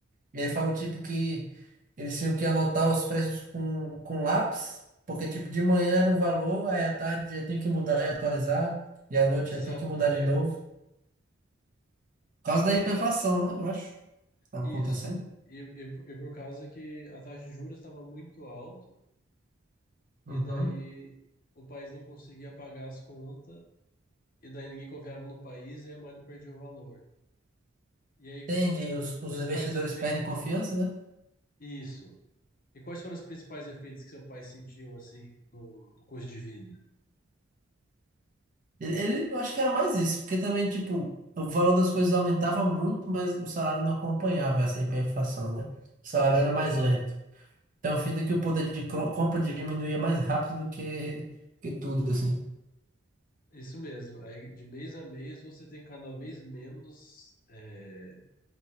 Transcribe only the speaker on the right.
E ele falou, tipo, que eles tinham que anotar os preços com, com lápis, porque, tipo, de manhã era um valor, aí à tarde já tinha que mudar e atualizar, e à noite
já tinha
que mudar
de novo. Por causa da hiperinflação, né? Eu acho. que Estava
acontecendo.
Uhum.
Entendi.
Os,
os investidores
perdem confiança,
né?
Ele, ele- eu acho que era mais isso, porque também, tipo, o valor das coisas aumentava muito, mas o salário não acompanhava essa hiperinflação, né? O salário
era
mais lento. Então, fim de que o poder de cro- compra diminuía mais rápido do que, que tudo, assim.